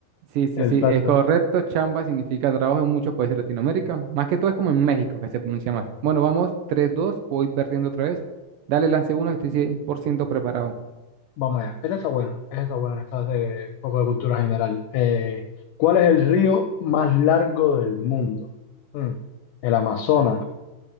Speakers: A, on the right; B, on the left.
A: Sí, sí,
B: Exacto.
A: sí, es correcto. Chamba significa trabajo en muchos países de Latinoamérica. Más que todo es como en México que se pronuncia más. Bueno, vamos, tres, dos, voy perdiendo otra vez. Dale, lance uno, que estoy 100% preparado.
B: Vamos allá. Esta está buena. Esta está buena. Esta es de un poco de cultura general. Eh, ¿cuál es el río más largo del mundo? Mm, ¿El Amazonas,